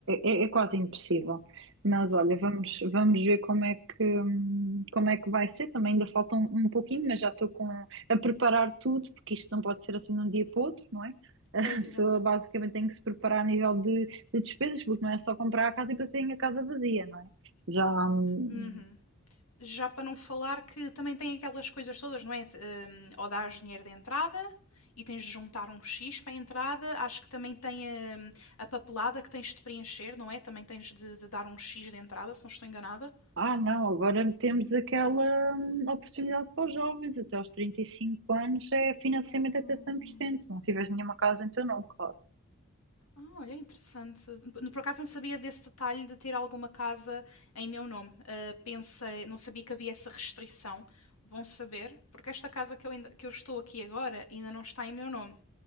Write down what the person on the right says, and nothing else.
é, é é quase impossível. Mas
olha,
vamos, vamos ver como é que, hum, como é que vai ser. Também ainda falta um, um pouquinho, mas já estou com, a preparar tudo, porque isto não pode ser assim de um dia para o outro, não é? <laughs>
A pessoa
basicamente tem que se preparar a nível de de despesas, porque não é só comprar a casa e passarem a casa vazia, não é? Já, hum,
ah, não, agora temos aquela hum, oportunidade para os jovens, até aos 35 anos é financiamento
até 100% se não tiveres nenhuma casa, então não, claro.